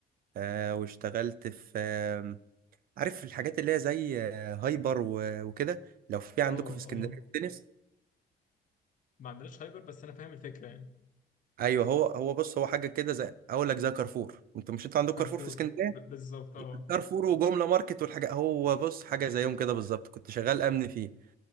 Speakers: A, on the right (about 55°); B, on the left (about 50°).
A: آه واشتغلت في آه عارف الحاجات اللي هي زي آه هايبر و- وكده لو في عندكم
B: اه
A: في اسكندريه
B: اه
A: تنس
B: ما عندناش هايبر بس انا فاهم الفكره يعني.
A: ايوه هو هو بص هو حاجه كده زي اقول لك زي كارفور انتوا مش انتوا عندكم
B: كارفور
A: كارفور في اسكندريه
B: ب- بالظبط اه
A: كارفور وجمله ماركت والحاجه هو بص حاجه زيهم كده بالظبط كنت شغال امن فيه